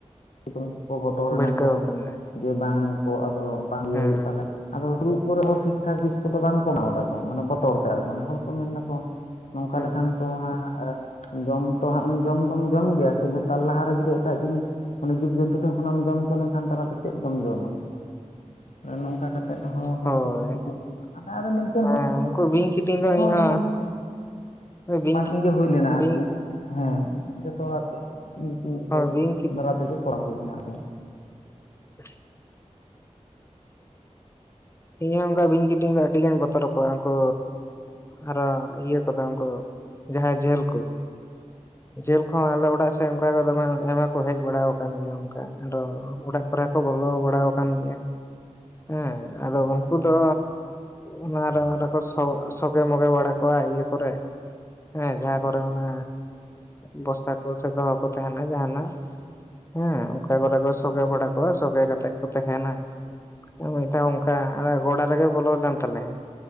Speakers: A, on the left; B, on the left.
A: ᱤᱨ ᱠᱚᱠᱚ ᱵᱚᱛᱚᱨᱮᱱᱟ
B: ᱵᱷᱤᱲᱠᱟᱹᱣ
A: ᱠᱚ
B: ᱟᱠᱟᱱᱟ
A: ᱡᱮ ᱵᱟᱝ ᱠᱚ ᱟᱫᱚ ᱵᱟᱝ ᱤᱭᱟᱹ
B: ᱦᱮᱸ
A: ᱦᱩᱭᱩᱜ ᱛᱟᱞᱮᱭᱟ ᱾ ᱟᱫᱚ ᱦᱩᱲᱩ ᱠᱚᱨᱮᱦᱚᱸ ᱴᱷᱤᱠ ᱴᱷᱟᱠ ᱵᱤᱥ ᱠᱚᱫᱚ ᱵᱟᱝᱠᱚ ᱮᱢᱟᱣ ᱟᱫᱟᱠᱚ ᱢᱟᱱᱮ ᱵᱚᱛᱚᱨ ᱛᱮ ᱟᱨ ᱢᱟᱱᱮ ᱦᱚᱲ ᱠᱚ ᱢᱮᱱᱫᱟᱠᱚ ᱱᱚᱝᱠᱟ
B: ᱦᱮᱸ
A: ᱞᱮᱠᱷᱟᱱ ᱛᱚ ᱦᱟᱸᱜ ᱮ ᱡᱚᱢ ᱛᱚ ᱦᱟᱸᱜ ᱡᱚᱢ ᱫᱚᱢ ᱡᱚᱢ ᱜᱮᱭᱟ ᱠᱤᱱᱛᱩ ᱛᱟᱨ ᱞᱟᱦᱟᱨᱮ ᱡᱩᱫᱤ ᱮᱴᱟᱜ ᱡᱤᱱ ᱡᱤᱵ ᱡᱚᱱᱛᱩ ᱴᱷᱮᱱ ᱠᱷᱚᱱᱟᱜ ᱮᱢ ᱡᱚᱢ ᱦᱚᱪᱚ ᱞᱮᱱᱠᱷᱟᱱ ᱛᱟᱦᱞᱮ ᱟᱫᱚ ᱪᱮᱫ ᱫᱚᱢ ᱡᱚᱢᱟ ᱾ <inaudible> ᱢᱟᱱᱮ ᱱᱚᱝᱠᱟ ᱠᱟ ᱛᱮᱫ ᱦᱚ ᱦᱚᱲ
B: ᱦᱳᱭ
A: ᱠᱚ ᱠᱤᱪᱷᱩ ᱠᱚ ᱟᱫᱚ ᱱᱤᱝᱠᱟᱹᱱ
B: ᱦᱮᱸ
A: <inaudible> ᱦᱚᱸ
B: ᱩᱱᱠᱩ ᱵᱤᱧ ᱠᱤᱫᱤᱧ ᱫᱚ ᱤᱧᱦᱚᱸ
A: ᱡᱮᱢᱚᱱ <inaudible>
B: ᱵᱤᱧ
A: ᱵᱟᱝ ᱤᱭᱟᱹ ᱦᱩᱭ ᱞᱮᱱᱟ, ᱟᱨᱠᱤ
B: ᱵᱤᱧ
A: ᱦᱮᱸ ᱡᱚᱛᱚ ᱟᱨᱠᱤ <unintelligible> ᱢᱟᱱᱮ
B: ᱦᱳᱭ ᱵᱤᱧ ᱠᱤᱫᱤᱧ
A: ᱛᱟᱞᱟ ᱛᱮᱜᱮ ᱠᱚᱨᱟᱣ ᱦᱩᱭ ᱠᱟᱱᱟ᱾ <unintelligible> ᱟᱨᱠᱤ
B: <inaudible> ᱤᱧ ᱦᱚᱸ, ᱚᱱᱠᱟ ᱵᱤᱧ ᱠᱤᱫᱤᱧ ᱫᱚ ᱟᱹᱰᱤ ᱜᱟᱱ ᱵᱚᱛᱚᱨ ᱟᱠᱚᱣᱟ ᱩᱱᱠᱩ᱾ ᱟᱨᱚ ᱤᱭᱟᱹ ᱠᱚᱫᱚ, ᱩᱱᱠᱩ ᱡᱟᱦᱟᱸᱭ ᱡᱷᱟᱹᱞ ᱡᱷᱟᱹᱞ ᱠᱚᱦᱚᱸ, ᱟᱞᱮ ᱚᱲᱟᱜ ᱥᱮᱫ ᱚᱱᱠᱟᱫᱚ ᱫᱚᱢᱮ ᱟᱭᱢᱟ ᱠᱚ ᱦᱮᱡ ᱵᱟᱲᱟ ᱟᱠᱟ ᱠᱟᱱ ᱜᱮᱭᱟ ᱚᱱᱠᱟ, ᱟᱨᱚ ᱚᱲᱟᱜ ᱠᱚᱨᱮ ᱦᱚᱸᱠᱚ ᱵᱚᱞᱚ ᱵᱟᱲᱟ ᱟᱠᱟᱱ ᱜᱮᱭᱟ᱾ ᱦᱮᱸ ᱟᱫᱚ ᱩᱱᱠᱩ ᱫᱚ ᱚᱱᱟ ᱨᱮ ᱠᱚ ᱥᱚᱜ ᱥᱚᱜ ᱵᱩᱜᱮ ᱢᱚᱜᱮ ᱵᱟᱲᱟ ᱠᱚᱣᱟ ᱤᱭᱟᱹ ᱠᱚᱨᱮ, ᱦᱮᱸ
A: ᱦᱩᱸ
B: ᱡᱟᱦᱟᱸ ᱠᱚᱨᱮ ᱚᱱᱟ ᱵᱚᱥᱛᱟ ᱠᱚ ᱥᱮ ᱫᱚᱦᱚ ᱠᱚ ᱛᱟᱦᱮᱱᱟ ᱡᱟᱦᱱᱟᱜ ᱦᱮᱸ᱾ ᱚᱠᱟ ᱠᱚᱨᱮ ᱠᱚ ᱥᱚᱜᱮ ᱵᱟᱲᱟ ᱠᱚᱣᱟ, ᱥᱚᱜᱮ ᱠᱟᱛᱮ ᱠᱚ ᱛᱟᱦᱮᱱᱟ᱾ ᱢᱤᱫ ᱫᱷᱟᱶ ᱚᱱᱠᱟ, ᱜᱳᱲᱟ ᱨᱮᱜᱮ ᱵᱚᱞᱚ ᱞᱮᱱ ᱛᱟᱞᱮᱭᱟ᱾